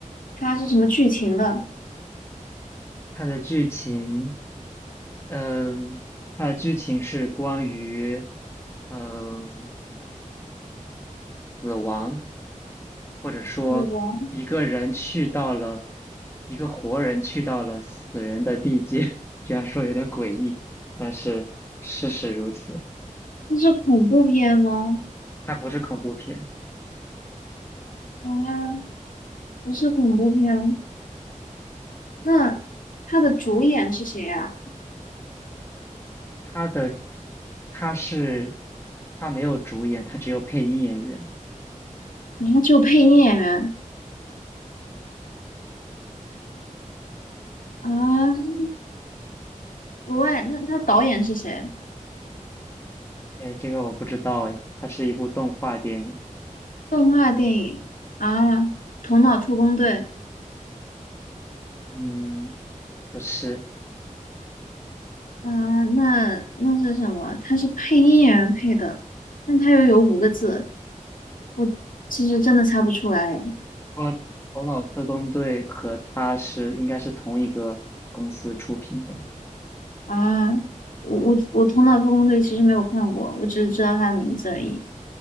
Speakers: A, on the left (about 85°); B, on the left (about 20°).
A: 它是什么剧情的？
B: 它的剧情。嗯，它的剧情是关于，嗯，死亡，或者说一个人去到了，
A: 死王？
B: 一个活人去到了死人的地界，<laughs> 这样说有点诡异，但是事实如此。
A: 那是恐怖片吗？
B: 它不是恐怖片，
A: 啊，不是恐怖片。那它的主演是谁呀、
B: 它的，它是，它没有主演，它只有配音演员。
A: 啊？啊，只有配音演员啊。国外，那他导演是谁？
B: 哎，这个我不知道哎，它是一部动画电影。
A: 动画电影啊，《头脑特工队》
B: 嗯，不是。
A: 啊，那那是什么？他是配音演员配的，但他又有五个字，我其实真的猜不出来。
B: 他头脑特工队和他是应该是同一个公司出品的，
A: 啊，我我我《头脑特工队》其实没有看过，我只是知道它的名字而已。